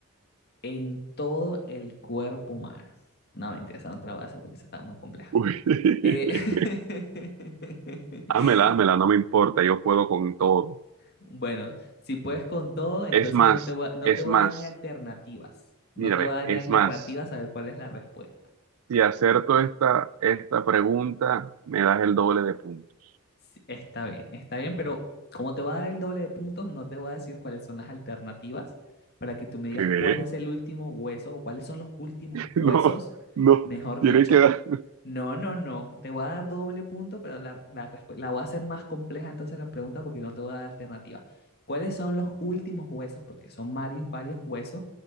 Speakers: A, on the left; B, on the right.
A: en todo el cuerpo humano? No, mentira, esa no te la voy a hacer porque esa está muy compleja.
B: Uy. <laughs>
A: Eh, <laughs>
B: Hámela, hámela, no me importa, yo puedo con todo.
A: Bueno, si puedes con todo, entonces
B: Es más,
A: no te voy a, no
B: es
A: te voy
B: más,
A: a dar ni alternativas. No
B: mira,
A: te
B: ve,
A: voy a dar
B: es
A: ni alternativas
B: más.
A: a ver cuál es la respuesta.
B: Si acerto esta, esta pregunta, me das el doble de puntos.
A: Sí, está bien, está bien, pero como te voy a dar el doble de puntos, no te voy a decir cuáles son las alternativas para que tú me digas
B: ¿Qué?
A: cuál es
B: <laughs>
A: el último hueso o cuáles son los últimos
B: No,
A: huesos,
B: no,
A: mejor
B: tienes
A: dicho,
B: que dar.
A: No, no, no. Te voy a dar doble punto, pero la, la respu- la voy a hacer más compleja entonces la pregunta porque no te voy a dar alternativa. ¿Cuáles son los últimos huesos? Porque son varios, varios huesos